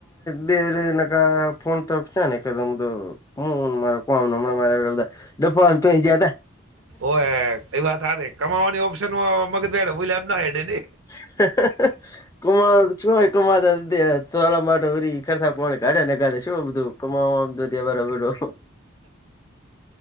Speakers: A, on the left; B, on the right.
A: બે <unintelligible> આ ફોન તક કદમું હું મા કોં મા બધા ડફળ પયા ત
B: ઓ કઈ વાત હ કમાવાની ઓપ્શનમાં મગમ ના <unintelligible>
A: <unintelligible> કમા શુંય કમાતા ત માટરી કરતા કોણી કાઢે ને કાે શું બધું કમા તો દવાાર બ રો